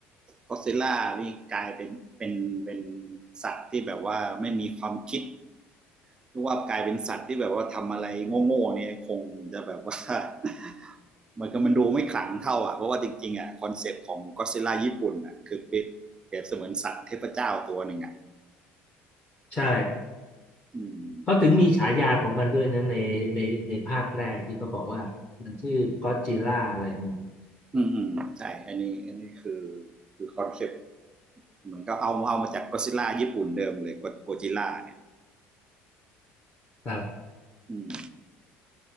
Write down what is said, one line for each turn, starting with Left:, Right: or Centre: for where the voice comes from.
Right: ก็ซิลล่านี่กลายเป็นเป็นเป็นสัตว์ที่แบบว่าไม่มีความคิด เพราะว่ากลายเป็นสัตว์ที่แบบว่าทำอะไรโง่ๆเนี่ยคงจะแบบว่า <laughs> เหมือนกับมันดูไม่ขลังเท่าอ่ะเพราะว่าจริงๆอ่ะคอนเซปต์ของก็ d z ิลล่าญี่ปุ่นอ่ะคือเป็นแบเบเสมือนสัตว์เทพเจ้าตัวหนึ่งอ่ะ
Left: ใช่
Right: อืม
Left: เขาถึงมีฉายาของมันด้วยนะในในในภาคแรกที่เขาบอกว่ามันชื่อก็อดจิลล่าอะไรเนี่ย
Right: อืมอืมใช่อันนี้อันนี้คือคือคอนเซปต์เหมือนก็เอาเอามาจากก็ d z ิลล่าญี่ปุ่นเดิมเลยโกจิล่าเนี่ย
Left: ครับ
Right: อืม